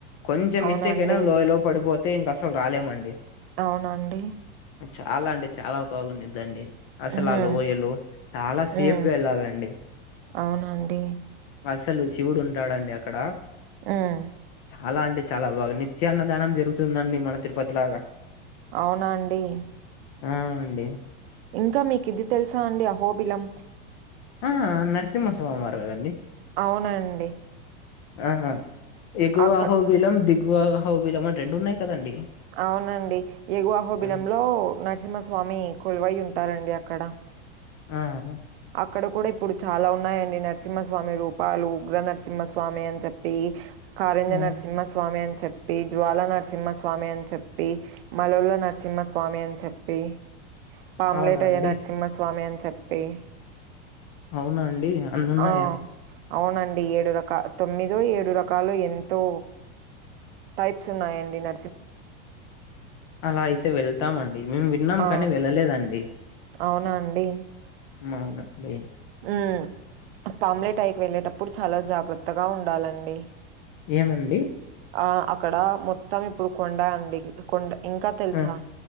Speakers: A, on the left (about 25°); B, on the right (about 55°).
A: కొంచెం
B: అవునండి.
A: మిస్టేక్ అయినా లోయ లో పడిపోతే ఇంక అసలు రాలేమండి.
B: అవునండి.
A: చాలా అంటే చాలా బాగుడిదిండి. అసలు
B: హుహు.
A: ఆ లోయలు, చాలా
B: హ్మ్.
A: సేఫ్గా ఏళ్ళాలండి.
B: అవునండి.
A: అసలు శివుడు ఉంటాడండి అక్కడ.
B: ఉమ్.
A: అలా అంటే చాలా బాగా నిత్యాన్నదానం జరుగుతుందండి, మన తిరుపతి లాగా.
B: అవునండి.
A: ఆ అండి.
B: ఇంకా మీకు ఇది తెలుసా అండి, అహోబిలం.
A: ఆ నరసింహస్వామి వారు కదండి
B: అవునండి.
A: ఆహా ఎగువఅహోబిలం,
B: అక్క
A: దిగువఅహోబిలం అని రెండు ఉన్నాయి. కదండి
B: అవునండి ఎగువాఅహోబిలంలో
A: ఆ
B: నర్సింహస్వామి, కొలువై ఉంటారండి అ. అక్కడ.
A: ఆహ.
B: అక్కడ కూడా ఇప్పుడు చాలా ఉన్నాయండి, నరసింహస్వామి రూపాలు, ఉగ్ర నరసింహస్వామి అని చెప్పి. కారెంజ
A: ఆ,
B: నరసింహస్వామి అని చెప్. చెప్పి జ్వాల నరసింహ స్వామి అని చెప్పి, మలన్న నరసింహ స్వామి అని చెప్పి. ఆమ్లెట్
A: అవునా
B: అయ్యే,
A: అండి
B: నరసింహస్వామి అని చెప్పి.
A: అవునా అండి అన్ని ఉన్నాయా
B: ఆ అవునండి ఏడు రక. ఇంకా తొమ్మిదో ఏడు రకాలు ఎంతో టైప్స్ ఉన్నాయండి న.
A: అలా అయితే వెళ్తామండి, మేము విన్నాం
B: ఆ!
A: కానీ వెళ్ళలేదండి.
B: అవునా అండి.
A: మా ఉన్న విలేజ్.
B: ఉమ్ పాప్ అమ్లెట్ అయిపోయి ఏళ్ళేటప్పుడు చాలా జాగ్రత్తగా ఉండాలండి.
A: ఏముంది.
B: ఆ అక్కడ మొత్తం, ఇప్పుడు కొండ అండి కొండ. ఇంకా తెలుసా,
A: ఆ!